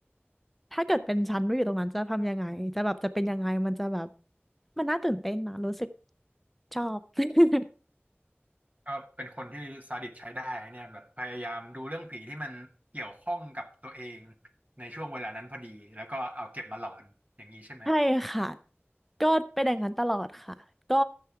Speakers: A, in the centre; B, on the right.
A: ถ้าเกิดเป็นฉันไม่อยู่ตรงนั้นจะทำยังไงจะแบบจะเป็นยังไงมันจะแบบมันน่าตื่นเต้นนะรู้สึกชอบ <laughs>
B: ก็เป็นคนที่ซาดิสใช้ได้เนี่ยแบบพยายามดูเรื่องผีที่มันเกี่ยวข้องกับตัวเองในช่วงเวลานั้นพอดีแล้วก็เอาเก็บมาหลอนอย่างนี้ใช่ไหม
A: ใช่ค่ะก็เป็นอย่างนั้นตลอดค่ะก็